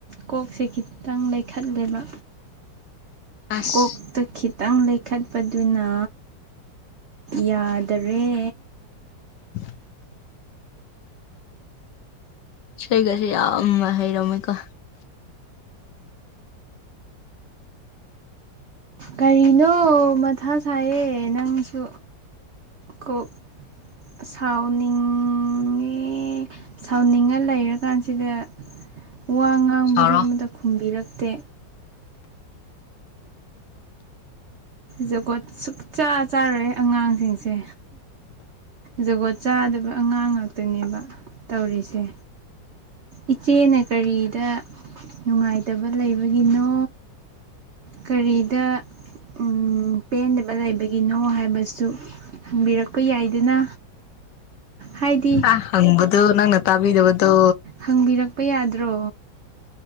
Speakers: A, on the right; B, on the left.
A: ꯀꯣꯛꯁꯦ ꯈꯤꯇꯪ ꯂꯩꯈꯠꯂꯦꯕ
B: ꯑꯁ
A: ꯀꯣꯛꯇ ꯈꯤꯇꯪ ꯂꯩꯈꯠꯄꯗꯨꯅ ꯌꯥꯗꯔꯦ
B: <unintelligible> ꯁꯣꯏꯒꯁꯦ ꯌꯥꯝ ꯍꯩꯔꯝꯃꯦꯀꯣ
A: ꯀꯔꯤꯅꯣ ꯃꯊꯥ ꯁꯥꯏꯌꯦ ꯅꯪꯁꯨ ꯀꯣꯛ ꯁꯥꯎꯅꯤꯡꯉꯤ ꯁꯥꯎꯅꯤꯡꯉ ꯂꯩꯔꯀꯥꯟꯁꯤꯗ ꯋꯥ ꯉꯥꯡꯕꯁꯨ
B: ꯁꯥꯎꯔꯣ
A: ꯑꯃꯇ ꯈꯨꯝꯕꯤꯔꯛꯇꯦ ꯖꯒꯣꯠ ꯁꯨꯡꯛꯆꯥ ꯆꯥꯔꯣꯏ ꯑꯉꯥꯡꯁꯤꯡꯁꯦ ꯖꯒꯣꯠ ꯆꯥꯗꯕ ꯑꯉꯥꯡ ꯉꯥꯛꯇꯅꯦꯕ ꯇꯧꯔꯤꯁꯦ ꯏꯆꯦꯅ ꯀꯔꯤꯗ ꯅꯨꯡꯉꯥꯏꯇꯕ ꯂꯩꯕꯒꯤꯅꯣ ꯀꯔꯤꯗ ꯎꯝ ꯄꯦꯟꯗꯕ ꯂꯩꯕꯒꯤ ꯅꯣ ꯍꯥꯏꯕꯁꯨ ꯍꯪꯕꯤꯔꯛꯄ ꯌꯥꯏꯗꯅ ꯍꯥꯏꯗꯤ
B: ꯑ ꯍꯪꯕꯗꯨ ꯅꯪꯅ ꯇꯥꯕꯤꯗꯕꯗꯨ
A: ꯍꯪꯕꯤꯔꯛꯄ ꯌꯥꯗ꯭ꯔꯣ